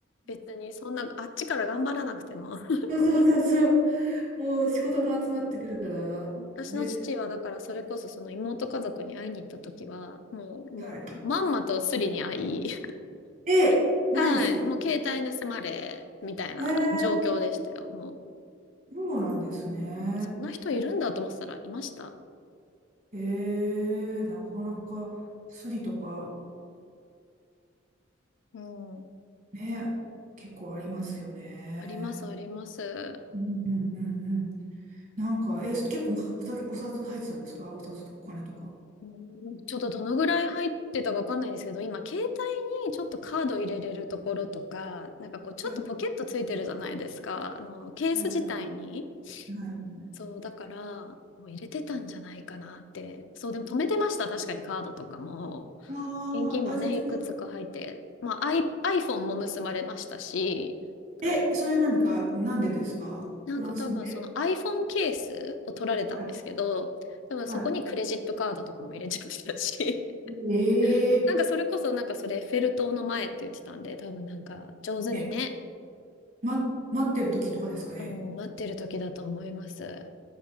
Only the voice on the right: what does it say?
<laughs> そうそうそうそう、<laughs> もう仕事も集まってくるから。
で、
は
い。え、
マジですか
へえ、
そうなんですね。
ええ、なかなかスリとか
ね、結構ありますよね。
うんうんうんうん。なんか、え、結構お酒、お札入ってたんですかお札とかお金とか。は
い
はいはいはい
ああ、
あ、じゃあちょっと、
え、それなんでか、なんでですかフランスで
はい、
はい。え
ええ、ま、待ってる時とかですかね。